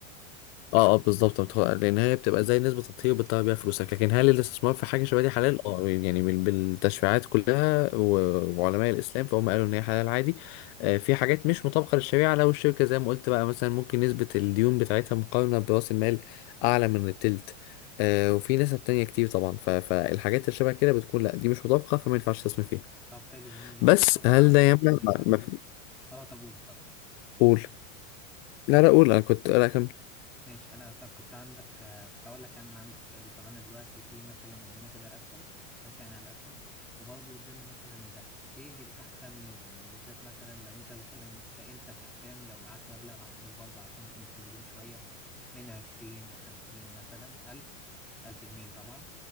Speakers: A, on the left; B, in the centre.
A: اه اه بالظبط بتاخد- لان هي بتبقى زي نسبه تطهير بتطلع بيها فلوسك لكن
B: فهمت
A: هل الاستثمار في حاجه شبه دي حلال اه يعني بال- بالتشريعات كلها و- وعلماء الاسلام فهم قالوا ان هي حلال عادي آه في حاجات مش مطابقه للشريعه لو الشركه زي ما قلت بقى مثلا ممكن نسبه الديون بتاعتها مقارنه براس المال اعلى من التلت آه وفي نسب تانية كتير طبعا ف- فالحاجات اللي شبه كده بتكون لا دي مش مطابقه فما ينفعش تستثمر فيها
B: طب حلو جميل
A: بس
B: جدا طب انا
A: هل
B: عاوز
A: ده يمنع
B: إيه؟ سؤال
A: ما ما- في-
B: اه طب قول اتفضل
A: قول لا
B: انا
A: لا
B: كنت
A: قول انا كنت لا كمل
B: ماشي انا طب كنت عندك آه، كنت اقول لك يعني انا عندي سؤال طب انا دلوقتي في مثلا قدامي كده الاسهم انت فتحت يعني على الاسهم وبرضه قدامي مثلا الذهب ايه الاحسن منهم وبالذات مثلا لو انت مثلا كانت كحسام لو معاك مبلغ هنقول برضه عشان نكون محددين شوية من عشرين لخمسين مثلا الف الف جنيه طبعا